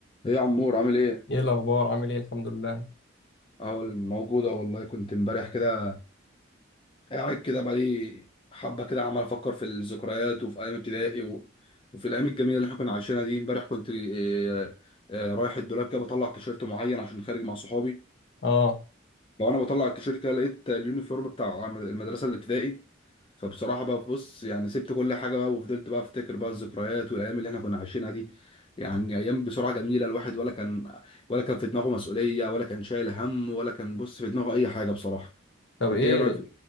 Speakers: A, on the left (about 25°); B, on the left (about 60°).
A: ايه يا عمور عامل ايه؟
B: ايه الاخبار عامل ايه الحمد لله
A: اهو موجودة والله كنت امبارح كده قاعد كده بقالي حبة كده عمال افكر في الذكريات وفي ايام ابتدائي و... وفي الايام الجميلة اللي احنا كنا عايشينها دي امبارح كنت إيه... إيه... رايح الدولاب كده بطلع تيشيرت معين عشان خارج مع صحابي
B: اه
A: لو انا بطلع التيشيرت كده لقيت اليونيفورم بتاع المدرسه الابتدائي فبصراحه بقى بص يعني سبت كل حاجه بقى وفضلت بقى افتكر بقى الذكريات والايام اللي احنا كنا عايشينها دي يعني ايام بسرعه جميله الواحد ولا كان ولا كان في دماغه مسؤوليه ولا كان شايل هم ولا كان بص في دماغه اي حاجه بصراحه
B: طب
A: انت
B: ايه
A: ايه رايك في